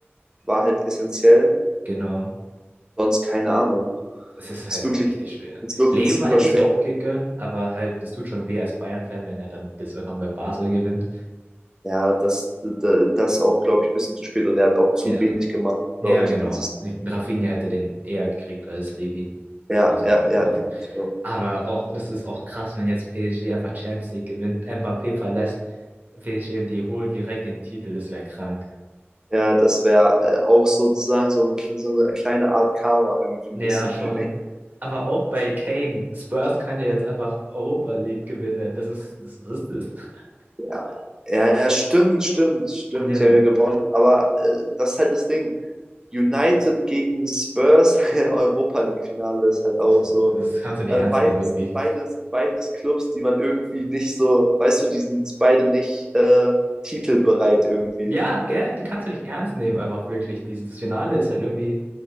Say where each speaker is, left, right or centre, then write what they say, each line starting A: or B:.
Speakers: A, on the right; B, on the right.
A: war halt essentiell.
B: genau.
A: Sonst keine Ahnung.
B: Es ist
A: Ist
B: halt
A: wirklich,
B: richtig schwer.
A: ist wirklich
B: Lever
A: super
B: hätte
A: schwer.
B: ich es auch gegönnt, aber halt, das tut schon weh als Bayern-Fan, wenn er dann das einfach mit Basel gewinnt.
A: Ja, das, da- das auch, glaube ich, ein bisschen zu spät und er hat auch zu
B: Ja,
A: wenig gemacht,
B: ja,
A: glaube ich,
B: genau.
A: dieses.
B: Ich, Rafinha hätte den eher gekriegt als Levi.
A: Ja,
B: Also
A: ja,
B: bei
A: ja,
B: Basel.
A: denke ich.
B: Aber auch, das ist auch krass, wenn jetzt PSG einfach Champions League gewinnt, Mbappé verlässt, PSG und die holen direkt den Titel, das wäre krank.
A: Ja, das wäre äh, auch sozusagen so, ein, so eine kleine Art Karma irgendwie
B: Ja,
A: ein bisschen
B: schon.
A: für den.
B: Aber auch bei Kane, Spurs kann ja jetzt einfach Europa League gewinnen. Das ist, das, was ist das? <laughs>
A: Ja, ja, ja, stimmt, stimmt, stimmt.
B: Ja,
A: Die haben ja gewonnen. Aber äh, das ist halt das Ding. United gegen Spurs, <laughs> Europa League-Finale ist halt
B: das,
A: auch
B: ist-
A: so.
B: das kannst du nicht
A: Also
B: ernst
A: beides,
B: nehmen irgendwie.
A: beides, beides Clubs, die man irgendwie nicht so, weißt du, die sind beide nicht äh, titelbereit irgendwie.
B: Ja, gell? Die kannst du nicht ernst nehmen, einfach wirklich. dieses das Finale ist halt irgendwie,